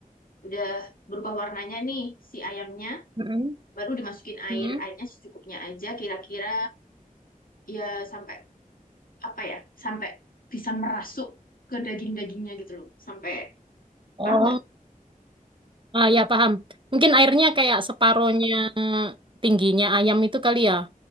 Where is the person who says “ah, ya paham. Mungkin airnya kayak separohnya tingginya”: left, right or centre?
Right